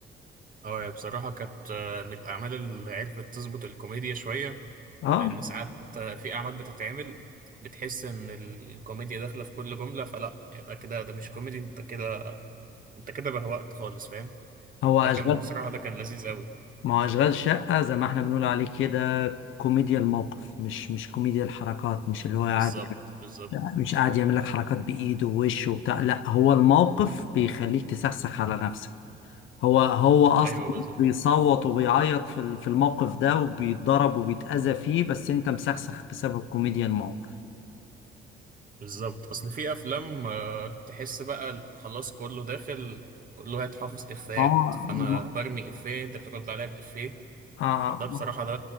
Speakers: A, on the right (about 45°); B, on the left (about 80°).
A: اه بصراحه كانت آه، من الاعمال اللي عرفت تظبط الكوميديا شويه
B: اه
A: لان ساعات آه، في اعمال بتتعمل بتحس ان الكوميديا داخله في كل جمله فلا يعني ده كده ده مش كوميدي انت كده انت كده بهوأت خالص فاهم
B: هو
A: ده
B: اشغال
A: كان بصراحة ده كان لذيذ قوي
B: ما هو اشغال شقه زي ما احنا بنقول عليه كده كوميديا الموقف مش مش كوميديا الحركات مش اللي هو قاعد
A: بالظبط
B: يعمل-
A: بالظبط
B: مش قاعد يعمل لك حركات بايده ووشه وبتاع لا هو الموقف بيخليك تسخسخ على نفسك هو هو اصلا
A: ايوه بالظبط
B: بيصوت وبيعيط في ال- في الموقف ده وبيتضرب وبيتاذى فيه بس انت مسخسخ بسبب كوميديا الموقف
A: بالظبط اصل في افلام آه، تحس بقى ال- خلاص كله داخل كله هيتحفظ افيهات
B: اه
A: فانا
B: ما-
A: برمي افيه انت بترد عليا بافيه
B: اه
A: فده بصراحة
B: ما-
A: ده